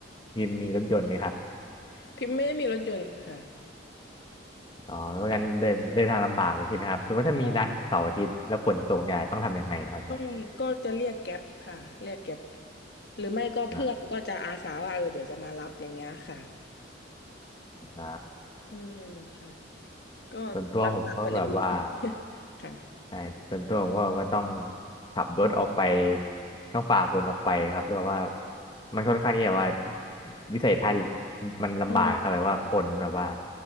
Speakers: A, on the left; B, on the left.
A: พิมพ์มีรถยนต์ไหมครับ
B: พิมพ์ไม่ได้มีรถยนต์ค่ะ
A: อ๋อไม่งั้นเดินเดินทางลำบากเลยใช่ไหมครับสมมติว่าถ้ามีนัดเสาร์อาทิตย์แล้วฝนตกเนี่ยต้องทำยังไงนะครับเนี่ย
B: ใช่ต้องก็จะเรียกแก๊ปค่ะเรียกแก๊ปหรือไม่ก็เพื่อนก็จะอาสาว่าเออเดี๋ยวจะมารับอย่างเงี้ยค่ะ
A: อ่าอ่า
B: อืมค่ะ ก็ลำบากคนอื่น
A: ส่วนตัวผมก็แบบว่า
B: <laughs> ค่ะ
A: ใช่ส่วนตัวผมก็ก็ต้องขับรถออกไปต้องฝ่าฝนออกไปครับเรียกว่ามันค่อนข้างที่แบบว่าวิสัยทัศน์มันลำบากครับแบบว่าฝนแบบว่า
B: อืม